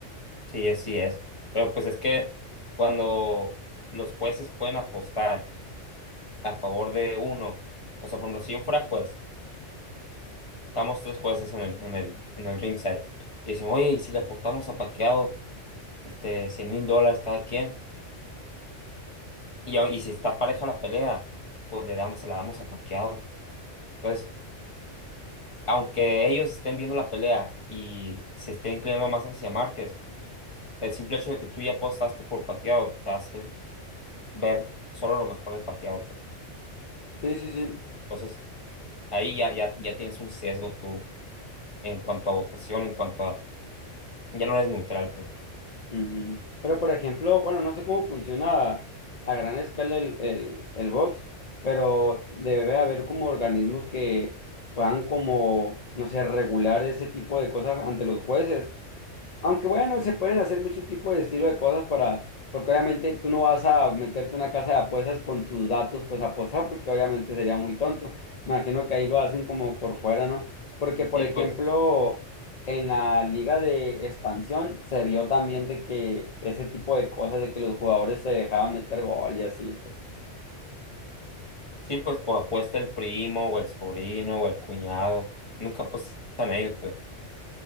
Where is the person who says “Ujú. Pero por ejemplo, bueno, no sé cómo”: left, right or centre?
Left